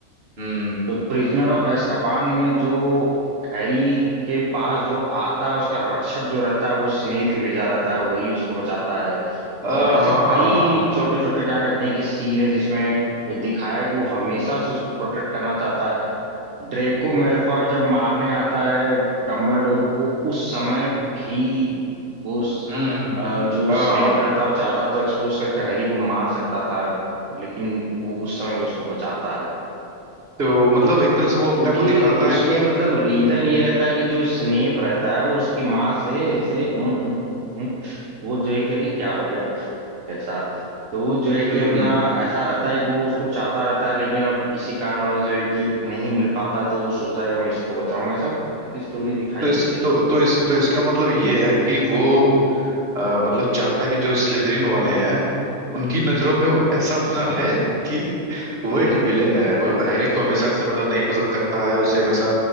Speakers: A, on the right (about 45°); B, on the right (about 70°).
A: हम्म
B: तो प्रिजनर ऑफ एस्काबान में जो हैरी के पास जो आता है उसका रक्षक जो रहता है वो स्नेप ही भेजा रहता है वही उसको बचाता है
A: हाँ
B: और ऐसे
A: हाँ हाँ
B: कई
A: हाँ हाँ
B: छोटे छोटे क्या कहते हैं कि सीन है जिसमें वो दिखाया है कि वो हमेशा से उसको प्रोटेक्ट करना चाहता है ड्रेको मेल्फॉय जब मारने आता है डंबलडोर को उस समय भी वो उस,
A: हम्म
B: अ, जो
A: हाँ
B: स्नेप रहता है वो चाहता तो एक्सपोज करके हैरी को मार सकता था लेकिन वो उस समय भी उसको बचाता है
A: तो मतलब एक तरह से वो
B: क्योंकि
A: अपने को दिखाता
B: उसमें
A: है कि
B: मतलब रीजन ये रहता है कि जो स्नेप रहता है वो उसकी माँ से इसे उं, उं, उं, उं, वो जो है कि अरे क्या हो गया कैसा तो वो जो है
A: हम्म
B: कि अपना ऐसा रहता है कि वो उसको चाहता रहता है लेकिन अब किसी कारणवश जो है कि नहीं मिल पाता तो वो सोचता है कि मैं इसको बचाऊंगा ऐसा एक स्टोरी दिखाई
A: तो इस
B: गई है
A: तो तो इस तो इसका मतलब ये है कि वो अ, मतलब चाहता है कि जो स्लिदरिन वाले हैं उनकी नजरों में वो ऐसा बना रहे कि वो एक
B: <laughs>
A: विलेन है वो हैरी को हमेशा से मतलब नहीं पसंद करता है उसे हमेशा